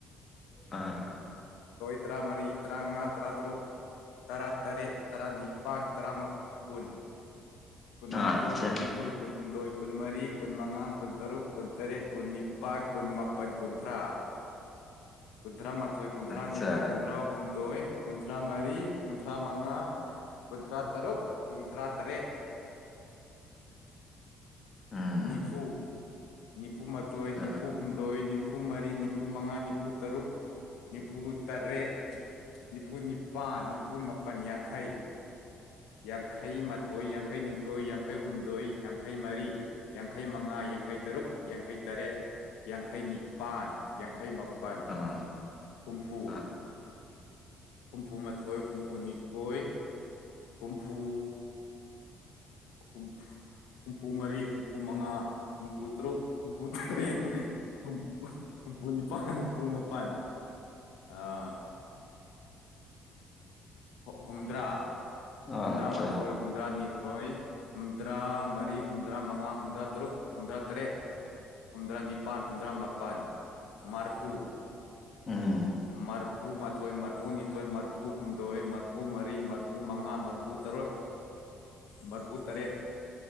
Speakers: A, on the left; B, on the left.
A: ꯑꯥ
B: ꯔꯣꯏ ꯇꯔꯥꯃꯔꯤ ꯇꯔꯥꯉꯥ ꯇꯔꯥꯇꯔꯨꯛ ꯇꯔꯥꯇꯔꯦꯠ ꯇꯔꯥꯅꯤꯄꯥꯟ ꯇꯔꯥꯃꯥ ꯀꯨꯟ ꯀꯨꯟꯃꯥꯊꯣꯏ
A: ꯑꯥ ꯑꯆꯥ
B: ꯀꯨꯟꯅꯤꯊꯣꯏ ꯀꯨꯟꯍꯨꯝꯗꯣꯏ ꯀꯨꯟꯃꯔꯤ ꯀꯨꯟꯃꯉꯥ ꯀꯨꯟꯇꯔꯨꯛ ꯀꯨꯟꯇꯔꯦꯠ ꯀꯨꯟꯅꯤꯄꯥꯟ ꯀꯨꯟꯃꯥꯄꯟ ꯀꯨꯟꯊ꯭ꯔꯥ
A: <inaudible>
B: ꯀꯨꯟꯊ꯭ꯔꯥ ꯃꯥꯥꯊꯣꯏ ꯀꯨꯟꯊ꯭ꯔꯥ
A: ꯑꯆꯥ
B: ꯅꯤꯊꯣꯏ ꯀꯨꯟꯊ꯭ꯔꯥ ꯍꯨꯝꯗꯣꯏ ꯀꯨꯟꯊ꯭ꯔꯥ ꯃꯔꯤ ꯀꯨꯟꯊ꯭ꯔꯥ ꯃꯉꯥ ꯀꯨꯟꯊ꯭ꯔꯥ ꯇꯔꯨꯛ ꯀꯨꯟꯊ꯭ꯔꯥ ꯇꯔꯦꯠ
A: ꯎꯝ
B: ꯅꯤꯐꯨ ꯅꯤꯐꯨ ꯃꯥꯊꯣꯏ
A: ꯑꯆꯥ
B: ꯅꯤꯐꯨ ꯍꯨꯝꯗꯣꯏ ꯅꯤꯐꯨ ꯃꯔꯤ ꯅꯤꯐꯨꯃꯉꯥ ꯅꯤꯐꯨ ꯇꯔꯨꯛ ꯅꯤꯐꯨꯇꯔꯦꯠ ꯅꯤꯐꯨ ꯅꯤꯄꯥꯟ ꯅꯤꯐꯨ ꯃꯥꯄꯟ ꯌꯥꯡꯈꯩ ꯌꯥꯡꯈꯩ ꯃꯥꯊꯣꯏ ꯌꯥꯡꯈꯩ ꯅꯤꯊꯣꯏ ꯌꯥꯡꯈꯩ ꯍꯨꯝꯗꯣꯏ ꯌꯥꯡꯈꯩ ꯃꯔꯤ ꯌꯥꯡꯈꯩ ꯃꯉꯥ ꯌꯥꯡꯈꯩ ꯇꯔꯨꯛ ꯌꯥꯡꯈꯩ ꯇꯔꯦꯠ ꯌꯥꯡꯈꯩ ꯅꯤꯄꯥꯟ ꯌꯥꯡꯈꯩ ꯃꯄ ꯄꯟ
A: ꯑꯥ
B: ꯍꯨꯝꯐꯨ
A: ꯑꯥ
B: ꯍꯨꯝꯐꯨꯃꯥꯊꯣꯏ ꯍꯨꯝꯐꯨꯅꯤꯊꯣꯏ ꯍꯨꯝꯐꯨ ꯍꯨꯝꯐ ꯍꯨꯝꯐꯨ ꯃꯔꯤ ꯍꯨꯝꯐꯨꯃꯉꯥ ꯍꯨꯝꯐꯨꯇꯥꯔꯨꯛ ꯍꯨꯝꯐꯨꯇꯔꯦꯠ ꯍꯨꯝ ꯍꯨꯝꯐꯨꯅꯤꯄꯟ <unintelligible> ꯃꯄꯟ ꯑꯥ ꯍꯨꯝꯗ꯭ꯔꯥ
A: ꯑꯥ
B: ꯍꯨꯝꯗ꯭ꯔꯥꯃꯥꯊꯣꯏ
A: ꯑꯆꯥ
B: ꯍꯨꯝꯗ꯭ꯔꯥꯅꯤꯊꯣꯏ ꯍꯨꯝꯗ꯭ꯔꯥ ꯃꯔꯤ ꯍꯨꯝꯗ꯭ꯔꯥ ꯃꯉꯥ ꯍꯨꯝꯗ꯭ꯔꯥ ꯇꯔꯨꯛ ꯍꯨꯝꯗ꯭ꯔꯥ ꯇꯔꯦꯠ ꯍꯨꯝꯗ꯭ꯔꯥ ꯅꯤꯄꯥꯟ ꯍꯨꯝꯗ꯭ꯔꯥ ꯃꯥꯄꯟ ꯃꯔꯐꯨ
A: ꯎꯝ
B: ꯃꯔꯐꯨꯃꯥꯊꯣꯏ ꯃꯔꯐꯨꯅꯤꯊꯣꯏ ꯃꯔꯐꯨ ꯍꯨꯝꯗꯣꯏ ꯃꯔꯐꯨ ꯃꯔꯤ ꯃꯔꯐꯨꯃꯉꯥ ꯃꯔꯐꯨꯇꯔꯨꯛ ꯃꯔꯐꯨꯇꯔꯦꯠ